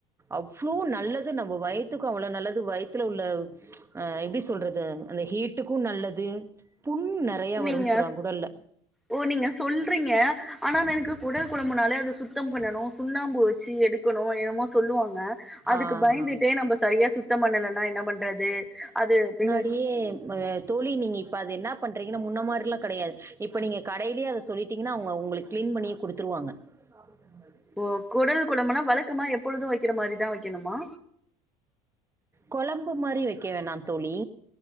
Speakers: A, on the right; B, in the centre.
A: அவ்ளோ நல்லது நம்ம வயத்துக்கு அவ்ளோ நல்லது வயத்துல உள்ள அ எப்டி சொல்றது அந்த ஹீட்டுக்கு நல்லது புண் நெறயா
B: நீங்க
A: வருனு சொல்றாங்க குடல்ல
B: ஓ நீங்க சொல்றீங்க ஆனா எனக்கு குடல் குழம்புனாலே அத சுத்தம் பண்ணணு சுண்ணாம்பு வெ ச்சி எடுக்கணு என்னமோ சொல்லுவாங்க அதுக்கு
A: ஆஹா.
B: பயந்துட்டே நம்ம சரியா சுத்தம் பண்ணலனா என்ன பண்றது அது அப்டின்னு
A: அப்டியே அ தோழி நீங்க இப்ப அது என்னா பண்றீங்கனா முன்ன மாரில்லா கெடையாது இப்ப நீங்க கடைலயே அத சொல்லிட்டீங்கனா அவுங்க உங்களுக்கு க்ளீன் பண்ணியே குடுத்துருவாங்க குடுத்த காசுக்கு தகுந்த மாரி
B: ஓ குடல் குழம்புனா வழக்கமா எப்பொழுது வெக்கிற மாரிதா வெக்கணுமா
A: கொழம்பு மாரி வெக்க வேணா தோழி